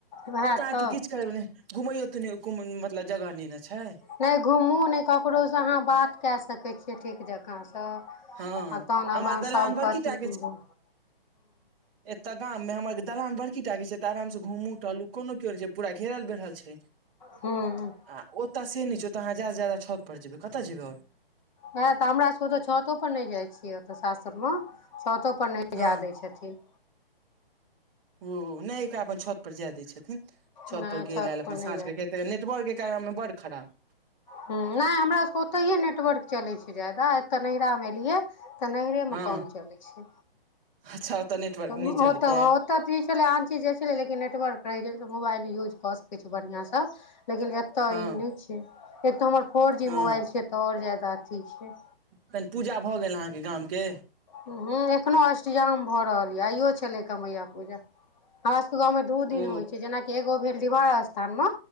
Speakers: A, on the left; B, in the centre.
A: उएह
B: ओतऽ अहाँके
A: तऽ
B: किछु करबै ने घुमैयो तुमैयो मतलब जगह नै न छैय।
A: नहि घुमू नहि ककरोसँ अहाँ बात कए सकै छियै ठीक जँकाँसँ।
B: हँ
A: आ तहन
B: हमरा
A: अपन
B: दलान
A: सभ
B: बड़की
A: कहथि
B: टा
A: की हूँ।
B: तऽ गांममे हमर सभके दलान बड़की टाके छैय तऽ आरामसँ घुमु टहलु कोनो कियो नै छैय पूरा घेरल बेहरल छैय।
A: हु - हु।
B: आ ओत से नै छै ओतऽ अहाँ जादा स जादा छत पर जेबै, कतअ जेबै और।
A: वेहऽ तऽ हमरा सब के छतो पर नै जै छियै ओतऽ सासुर म छतो पर। पर नै
B: हँ
A: जेए दै छेथिन।
B: ओ नै <unintelligible> छत पर जेए दै छेथिन। छतपर
A: नहि
B: गेल
A: छत
B: ऐल अपन
A: पर नहि
B: साँझ के <unintelligible> नेटवर्क के कारन बड खराब।
A: हु नै हमरा सब के ओतैइहे नेटवर्क चले छै जादा एते नैहरा मे एलिये। तऽ नैहरे मे
B: हँ
A: कम चलै छै,
B: अच्छा ओतऽ नेटवर्क
A: कहु
B: नहि चलैया
A: ओतऽ ह ओतऽ। इ छेलै आन चीज जे छेलै लेकिन नेटवर्क रहै छै, मोबाइल यूज कऽ सकै छि बढ़िया स। लेकिन एतअ
B: हँ
A: इ नै छै, एक तऽ हमर फोर जी
B: हँ
A: मोबाइल छै, एतऽ और जैदा अथि छै।
B: तहन पूजा भऽ गेल अहाँके गामके।
A: हूँ एखनो अष्टीजाम भऽ रहल ये, आइयो छेलै गमैया पूजा। हमरा सभके गाँवमे दू दिन
B: ओ
A: होइ छै, जेनाकि एगो भेल डीहबार स्थानम।